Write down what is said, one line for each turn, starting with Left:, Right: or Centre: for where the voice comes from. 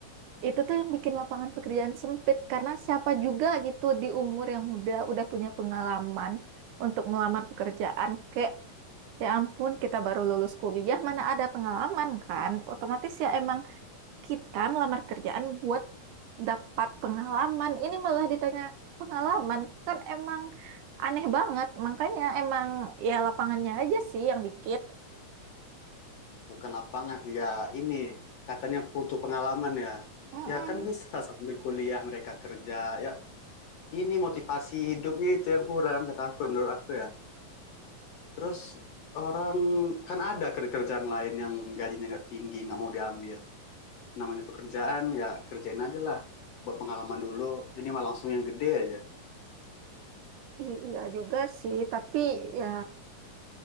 Right: itu tuh yang bikin lapangan pekerjaan sempit karena siapa juga gitu di umur yang muda udah punya pengalaman untuk melamar pekerjaan kayak ya ampun kita baru lulus kuliah mana ada pengalaman kan otomatis ya emang kita melamar kerjaan buat dapat pengalaman ini malah ditanya pengalaman kan emang aneh banget makanya emang ya lapangannya aja sih yang dikit
Left: Bukan lapangan sih ya ini katanya butuh pengalaman ya.
Right: Mm-mm.
Left: Ya kan bisa sambil kuliah mereka kerja. Ya ini motivasi hidupnya itu yang kurang kata aku menurut aku ya. Terus orang kan ada kerjaan lain yang gajinya nggak tinggi nggak mau diambil. Namanya pekerjaan ya kerjain aja lah buat pengalaman dulu. Ini mah langsung yang gede aja.
Right: I- Iya juga sih, tapi ya